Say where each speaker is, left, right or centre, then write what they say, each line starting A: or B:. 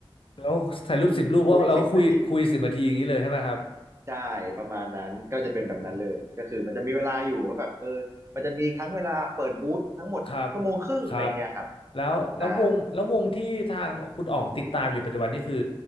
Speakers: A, on the left; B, on the right.
A: แล้วถ่ายรูปสิบรูปก็เราก็คุยคุยสิบนาทีอย่างนี้เลยใช่ไหมครับ
B: <laughs> คุยสิบนาทีใช่ประมาณนั้นก็จะเป็นแบบนั้นเลยก็คือมันจะมีเวลาอยู่ว่าแบบเออมันจะมีทั้งเวลาเปิดบูธทั้งหมดชั่วโมงครึ่งอะไรเงี้ยครับ
A: โอ้โหครับครับแล้วแล้ววงแล้ววงที่ทางคุณอ๋องติดตามอยู่ปัจจุบันนี่คือ
B: อ่า